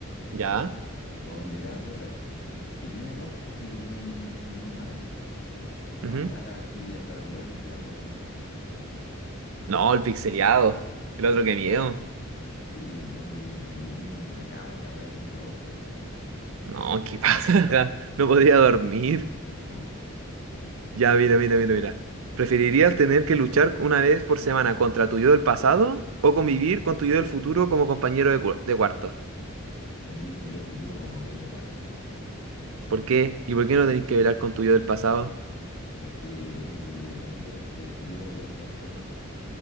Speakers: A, on the right; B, on the left.
A: Ya.
B: ¿ya? O donde cada cosa que tiene rostro, así que tiene como un humano,
A: ujú.
B: hablara así, hasta los muebles tuvieran rostro.
A: No, el pixeleado. El otro que miedo.
B: Sí, de miedo que mire una cama y la weá tenga ojos,
A: No, qué pasa. <laughs> No podía dormir.
B: y tampoco.
A: Ya, mira, mira, mira, mira. ¿Preferirías tener que luchar una vez por semana contra tu yo del pasado o convivir con tu yo del futuro como compañero de, cua- de cuarto?
B: Convivir con mi yo del futuro como compañero cuarto.
A: ¿Por qué? ¿Y por qué no tenéis que velar con tu yo del pasado?
B: Porque él, eh, mi yo del, del futuro me puede enseñar cosas.